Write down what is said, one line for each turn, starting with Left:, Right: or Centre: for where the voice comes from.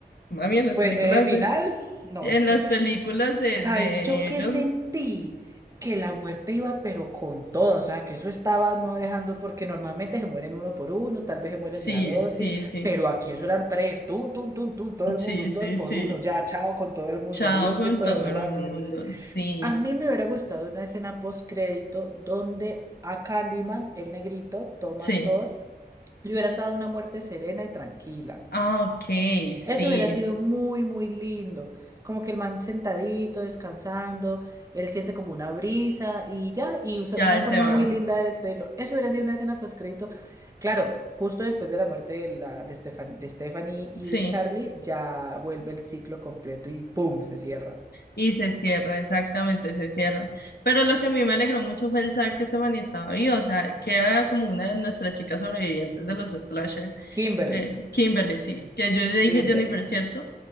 Left: mami, en las
Right: Pues
Left: películas
Right: ese final,
Left: de,
Right: no,
Left: en
Right: es que
Left: las películas de,
Right: ¿Sabes
Left: de
Right: yo qué
Left: ellos,
Right: sentí? Que la muerte iba pero con todo, o sea, que eso estaba no dejando, porque normalmente se mueren uno por uno, tal vez se mueren
Left: sí,
Right: día dos,
Left: sí,
Right: sí,
Left: sí,
Right: pero aquí eso eran tres, tum, tum, tum, tum, todo el
Left: sí,
Right: mundo, un
Left: sí,
Right: dos por
Left: sí,
Right: uno, ya, chao con todo el mundo,
Left: chao
Right: adiós,
Left: con
Right: que esto
Left: todo
Right: se fue
Left: el
Right: rápido.
Left: mundo, sí,
Right: A mí me hubiera gustado una escena postcrédito donde a Candyman, el negrito, Thomas
Left: sí,
Right: Todd, le hubieran dado una muerte serena y tranquila.
Left: ah, ok, sí,
Right: Eso hubiera sido muy, muy lindo. Como que el man sentadito, descansando, él siente como una brisa y ya, y usa-
Left: ya
Right: una
Left: él
Right: forma
Left: se va,
Right: muy linda de despedirlo. Eso hubiera sido una escena pues crédito. Claro, justo después de la muerte de, la, de, Stefan- de Stephanie y
Left: sí.
Right: de Charlie, ya vuelve el ciclo completo y ¡pum! se cierra.
Left: Y se cierra, exactamente, se cierra. Pero lo que a mí me alegró mucho fue el saber que Stephanie estaba viva, o sea, que era como una de nuestras chicas sobrevivientes de los slasher,
Right: Kimberly,
Left: eh, Kimberly, sí, que yo le dije
Right: Kimberly.
Left: Jennifer, ¿cierto?